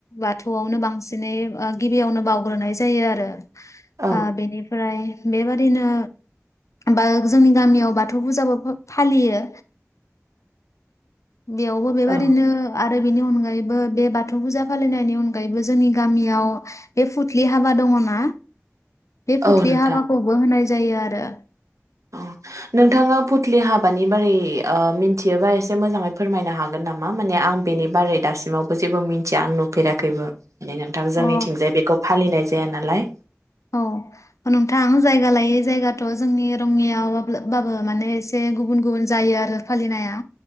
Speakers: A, on the left; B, on the right.
A: बाथौआवनो बांसिनै गिबियावनो बावग्रोनाय जायो आरो।
B: औ
A: आ बेनिफ्राय रैनो बा जोंनि गामियाव बाथौ फुजाबो फा फालियो। बेयावबो बेबादिनो
B: औ
A: आरो बेनि अनगायै बो बे बाथौ फुजा फालिनायनि अनगायैबो जोंनि गामियाव बे फुथलि हाबा दङना? बे फुथलि
B: औ नोंथां
A: हाबाखौबो होनाय जायो आरो
B: अ नोंथाङा फुथलि हाबानि बारै ओ- मिथियोबा एसे मोजाङै फोरमायनो हागोन नामा? माने आं बेनि बारै दासिमावबो जेबो मिथिया आं नुफेराखैबो। नेै नोंथां जोंनिथिंजाय
A: अ
B: बेखौ फालिनाय जाया नालाय,
A: औ नोंथां जायगा लायै जायगाथ' जोंनि रङियायाव। नुवाब्लाबाबो माने एसे गुबुन गुबुन जायो आरो फालिनाया।